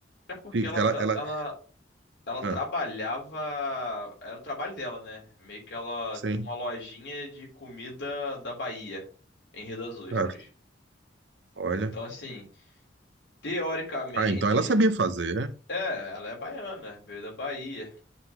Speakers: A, on the left (about 75°); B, on the right (about 75°).
A: É porque
B: Fica-
A: ela,
B: Ela,
A: tra-
B: ela,
A: ela, ela trabalhava,
B: ah,
A: era o trabalho dela, né? Meio que ela
B: sim,
A: tinha uma lojinha de comida da Bahia, em Rio das Ostras.
B: certo. Olha.
A: Então, assim, teoricamente,
B: Ah, então ela sabia fazer, né?
A: é, ela é baiana, veio da Bahia.